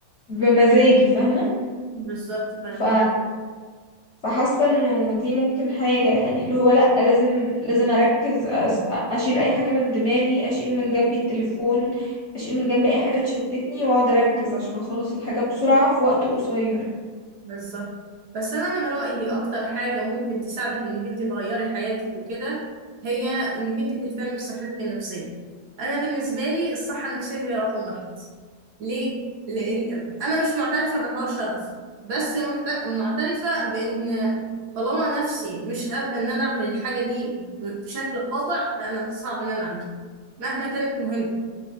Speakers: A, on the left (about 60°); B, on the right (about 65°).
A: بمزاجي فاهمة
B: بالظبط فاهمك
A: ف فحاسه انه دي ممكن حاجه يعني اللي هو لا لازم لازم اركز أس- اشيل اي حاجه من دماغي اشيل من جنبي التليفون اشيل من جنبي اي حاجه تشتتني واقعد اركز عشان اخلص الحاجه بسرعه في وقت قصير
B: بالظبط بس انا من رايي اكتر حاجه ممكن تساعدك انك انت تغيري حياتك وكده هي انك انت تهتمي بصحتك النفسيه انا بالنسبه لي الصحه النفسيه هي رقم واحد ليه لان انا مش معترفه بحوار شرف بس محت- معترفه بان طالما نفسي مش قابله ان انا اعمل الحاجه دي ب- بشكل قاطع فانا صعب ان انا اعملها مهما كانت مهمه